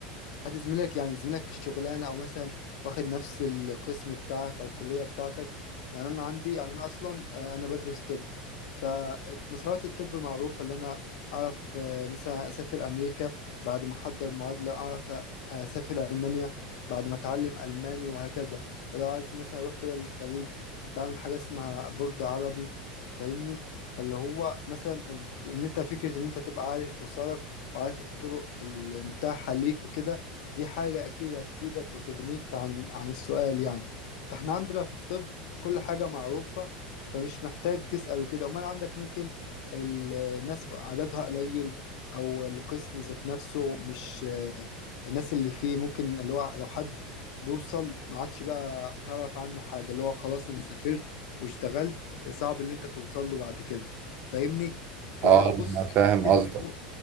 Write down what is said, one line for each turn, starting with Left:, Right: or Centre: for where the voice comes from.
Left: حد زميلك يعني زميلك في الشغلانة او مثلا واخد نفس القسم بتاعك او الكلية بتاعتك يعني انا عندي يعني انا اصلا آه، انا بدرس طب فمسارات الطب معروفة اللي انا اعرف آه، مثلا اسافر امريكا بعد ما احضر معادلة اعرف آه، اسافر المانيا بعد ما اتعلم الماني وهكذا ولو عايز مثلا اروح دول الخليج بعمل حاجة اسمها بورد عربي فاهمني فاللي هو مثلا ال- ان انت فكره ان انت تبقى عارف مسارك وعارف الطرق المتاحه ليك وكده دي حاجه اكيد هتفيدك وتغنيك عن عن السؤال يعني فاحنا عندنا في الطب كل حاجه معروفه فمش محتاج تسال وكده امال عندك ممكن ال- الناس عددها قليل او القسم ذات نفسه مش آه، الناس اللي فيه ممكن اللي هو لو حد بيوصل ما عادش بقى تعرف عنه حاجه اللي هو خلاص انا سافرت واشتغلت صعب اللي انت توصل له بعد كده فاهمني فبص
Right: اه أنا فاهم
Left: ممكن
Right: قصدك